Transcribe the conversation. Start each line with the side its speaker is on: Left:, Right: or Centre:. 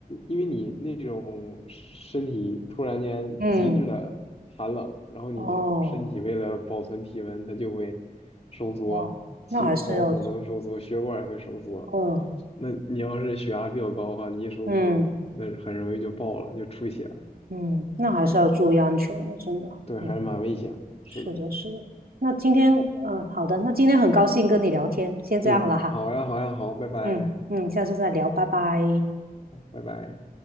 Left: 因为你那种身体突然间极致的寒冷，
Right: 嗯，
Left: 然后你身体为了保存体温，
Right: 哦，
Left: 它就会收缩，
Right: 哇，
Left: 其毛孔都收缩，
Right: 那还是要，
Left: 血管也会收缩。
Right: 哦，
Left: 那你要是血压比较高的话，你一收缩，
Right: 嗯
Left: 那很容易就爆了，就出血了。
Right: 嗯，那还是要注意安全的，真的，
Left: 对，
Right: 嗯，
Left: 还是蛮危险的。是的，
Right: 是的，是的。那今天，嗯、好的，那今天很高兴跟你聊天，先这样了哈。
Left: 哎好呀，好呀，好，拜拜，
Right: 嗯嗯，下次再聊，拜拜。
Left: 拜拜。